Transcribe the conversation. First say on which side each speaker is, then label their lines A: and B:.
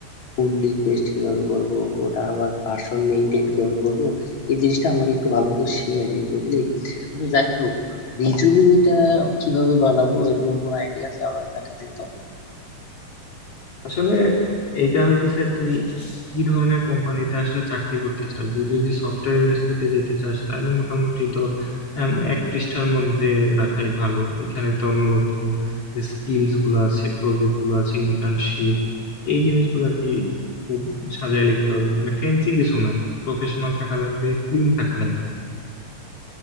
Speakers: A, on the left; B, on the left.
A: পুল রিকোয়েস্ট কিভাবে করব ওটা আবার ভার্সন মেনটেন কিভাবে করব এই জিনিসটা আমাকে একটু ভালো মতো শিখিয়ে দিবি বুঝলি আচ্ছা যাই হোক রিজুমিটা কিভাবে বানাবো এরকম কোনো আইডিয়া আছে আমার তাকে দে তো
B: আসলে এইটা হইতেছে তুই কি ধরনের কোম্পানিতে আসলে চাকরি করতে চাস তুই যদি সফটওয়্যার ইন্ডাস্ট্রিতে যেতে চাস তাহলে মোটামুটি তোর উম, এক পৃষ্ঠার মধ্যে রাখাই ভালো এখানে তোর মূলত যে স্কিলস গুলো আছে প্রজেক্ট গুলো আছে ইন্টার্নশিপ এই জিনিসগুলো আর কি খুব সাজায় লিখতে হবে মানে ফেন্সি কিছু না আর কি প্রফেশনাল থাকা লাগবে ক্লিন থাকা লাগবে